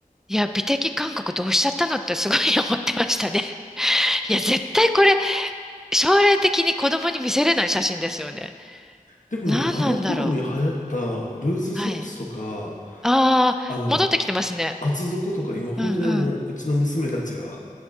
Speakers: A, in the centre; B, on the left.
A: いや、美的感覚どうしちゃったのってすごい <laughs> 思ってましたね。<laughs> いや、絶対これ、将来的に子供に見せれない写真ですよね。
B: でもね、
A: 何なんだろ
B: あの頃に流行ったルーズソックスとか、
A: う。はい。ああ、
B: あの、
A: 戻ってきてますね。
B: 厚底とか今本当にあの、
A: うんうん。
B: うちの娘たちが、